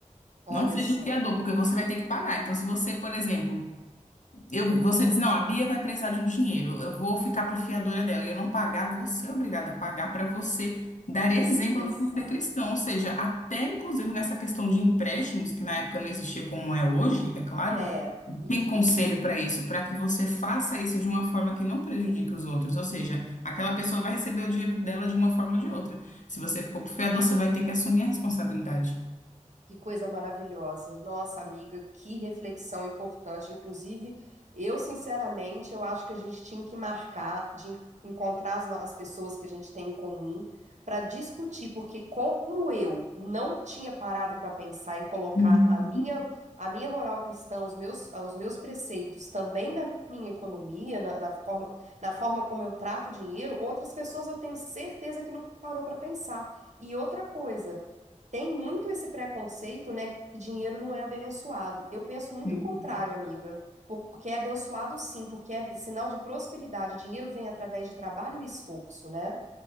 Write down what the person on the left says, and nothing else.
não seja
fiador, porque você vai ter que pagar. Então, se você, por exemplo, eu, você diz, não, a Bia vai precisar de um dinheiro, eu vou ficar por fiadora dela. E Eu não pagar, você é obrigada a pagar para você dar exemplo
do que é ser cristão. Ou seja, até inclusive nessa questão de empréstimos, que na época não existia como é hoje, é claro,
tem
conselho para isso, para que você faça isso de uma forma que não prejudique os outros. Ou seja, aquela pessoa vai receber o dinheiro dela de uma forma ou de outra. Se você ficou por fiador, você vai ter que assumir a responsabilidade.
Uhum.
Sim.